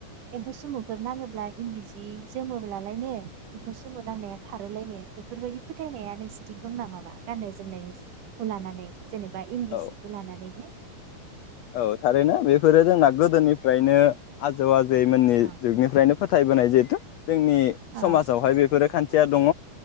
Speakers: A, on the right; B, on the left.
A: एम्फौ सोमुफोर नाङोब्ला इन्दि जि जोमोब्लालायनो एम्फौ सोमु नांनाया खारोलायनो बेफोरबायदि फोथायनाया नोंसिनिथिं दं नामामा गाननाय जोमनाय खौ लानानै। जेनेबा इन्दि
B: औ
A: जिखौ लानानैनो।
B: औ थारैनो बेफोरो जोंना गोदोनिफ्रायनो आजौ आ जै मोननि
A: अ
B: जुगनिफ्रायनो फोथाय बोनाय <unintelligible> जोंनि
A: अ
B: समाजावहाय बेफोरो खान्थि। थिया दङ।